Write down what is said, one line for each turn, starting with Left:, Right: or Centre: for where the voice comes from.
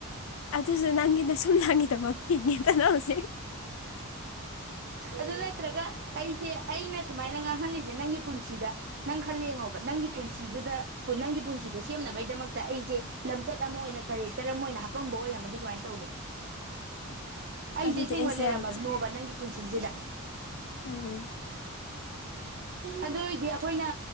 Left: ꯑꯗꯨꯖꯨ ꯅꯪꯒꯤ ꯁꯨꯝꯂꯥꯡꯒꯤꯗꯃꯛ ꯍꯤꯡꯉꯦꯗꯅ ꯍꯧꯖꯤꯛ꯫
Right: ꯑꯗꯨ ꯅꯠꯇ꯭ꯔꯒ ꯑꯩꯖꯦ ꯑꯩꯅ ꯁꯨꯃꯥꯏ ꯉꯥꯡꯍꯜꯂꯤꯖꯦ ꯅꯪꯒꯤ ꯄꯨꯟꯁꯤꯗ꯫ ꯅꯪ ꯈꯜꯂ ꯌꯦꯡꯉꯣꯕ ꯅꯪꯒꯤ ꯄꯨꯟꯁꯤꯗꯨꯗ ꯅꯪꯒꯤ ꯄꯨꯟꯁꯤꯗꯣ ꯁꯦꯝꯅꯕꯩꯗꯃꯛꯇ ꯑꯩꯖꯦ ꯂꯝꯆꯠ ꯑꯃ ꯑꯣꯏꯅ ꯀꯔꯦꯛꯇꯔ ꯑꯃ ꯑꯣꯏꯅ ꯍꯥꯞꯄꯝꯕ ꯑꯣꯏꯔꯝꯃꯗꯤ ꯀꯃꯥꯏ ꯇꯧꯅꯤ? ꯑꯩꯖꯦ
Left: ꯑꯗꯨꯗꯤ
Right: ꯑꯁꯦꯡꯕ
Left: ꯑꯩꯁꯦ
Right: ꯂꯩꯔꯝꯃꯅꯣꯕ
Left: ꯌꯥꯝ ꯊꯤ
Right: ꯅꯪꯒꯤ ꯄꯨꯟꯁꯤꯖꯤꯗ
Left: ꯎꯝ
Right: ꯑꯗꯨ ꯑꯣꯏꯗꯤ ꯑꯈꯣꯏꯅ